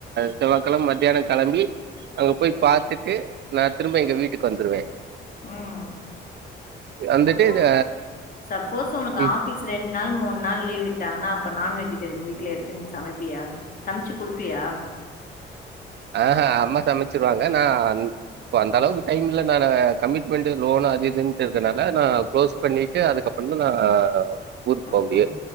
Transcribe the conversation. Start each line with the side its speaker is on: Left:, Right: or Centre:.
Right: செவ்வாகழம் மத்தியான கெளம்பி அங்க போய் பாத்துட்டு நா திரும்ப எங்க வீட்டுக்கு வந்துருவே
Left: ம்
Right: வந்துட்டு
Left: சப்போஸ்
Right: இது
Left: <inaudible> சப்போஸ் ஒனக்கு
Right: ம்
Left: ஆஃபிஸ் ரெண் நாள் மூண் நாள் லீவ் விட்டாங்கனா அப் இப்ப நான் வெஜிடேரியன் வீட்ல எடுத்து நீ சமப்பியா சமச்சு குடுப்பியா
Right: ஆஹா அம்மா சமச்சிருவாங்க நா அன் இப்ப அந்தளவுக்கு டைம் இல்ல நானு கமிட்மெண்ட்டு லோனு அது இதுன்ட்டு இருக்கனால நா க்ளோஸ் பண்ணிட்டு அதுக்கப்றந்தா நா ஊருக்கு
Left: ம்
Right: போ முடியு